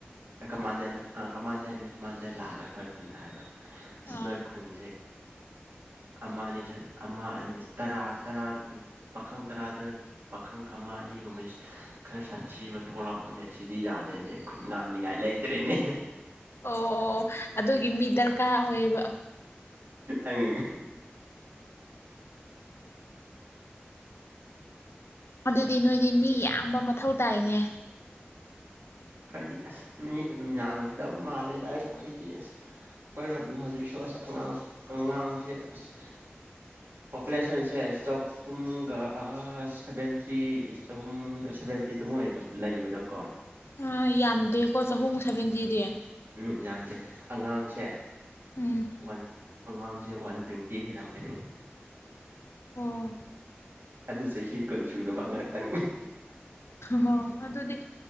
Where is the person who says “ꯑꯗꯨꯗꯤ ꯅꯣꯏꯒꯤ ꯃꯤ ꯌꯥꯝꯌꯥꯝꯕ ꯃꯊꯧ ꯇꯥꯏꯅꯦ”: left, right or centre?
Left